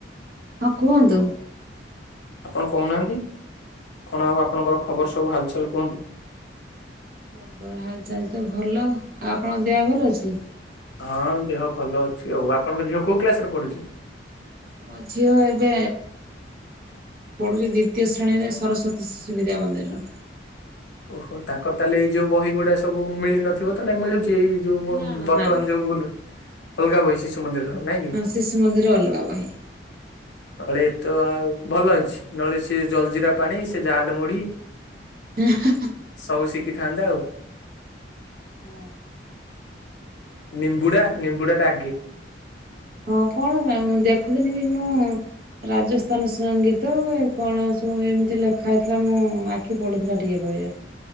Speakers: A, on the right; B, on the left.
A: ହଁ କୁହନ୍ତୁ।
B: ଆପଣ କହୁନାହାଁନ୍ତି? କଣ ଆଉ ଆପଣଙ୍କର ଖବର ସବୁ ହାଲଚାଲ କୁହନ୍ତୁ।
A: ଖବର ହାଲ୍ ଚାଲ ତ ଭଲ। ଆଉ ଆପଣଙ୍କ ଦେହ ଭଲ ଅଛି?
B: ହଁ, ଦେହ ଭଲ ଅଛି ଆଉ। ଆପଣଙ୍କ ଝିଅ କୋଉ କ୍ଲାସରେ ପଢୁଛି?
A: ମୋ ଝିଅ ଏବେ ପଢୁଛି ଦ୍ଵିତୀୟ ଶ୍ରେଣୀରେ, ସରସ୍ୱତୀ ଶିଶୁ ବିଦ୍ୟା ମନ୍ଦିରର।
B: ଓହୋ, ତାଙ୍କର ତାହେଲେ ଏଇ ଯୋଉ ବହି ଗୁଡା ସବୁ ମିଳିନଥିବ ତ ନାଇଁ ମିଳୁଛି ଏଇ ଯୋଉ
A: ନା ନା
B: ବର୍ତ୍ତମାନ
A: ନା ନା
B: ଯୋଉ ଭୁଲ ଅଲଗା ବହି ଶିଶୁ ମନ୍ଦିରର ନାଇଁ କି
A: ହଁ ଶିଶୁ ମନ୍ଦିର ଅଲଗା ବହି।
B: ନହେଲେ ଏଇତ ଆଉ ଭଲ ହେଇଛି ନହେଲେ ସିଏ ଜଲଜିିରା ପାଣି ସେ ଜାଲ ମୁଢି
A: ହ।
B: ସବୁ ଶିଖି ଥାଆନ୍ତା ଆଉ।
A: ହଁ
B: ନିମ୍ବୁଡ଼ା ନିମ୍ବୁଡା ଟା ଆଗେ।
A: ହଁ କଣ ରା ଦେଖୁଥିଲି ବି ମୁଁ ରାଜସ୍ଥାନ ସଙ୍ଗୀତ କଣ ସବୁ ଏମିତି ଲେଖା ହେଇଥିଲା ମୁଁ ଆଖି ପଢୁଥିଲା ଟିକେ। ଭଳିଆ।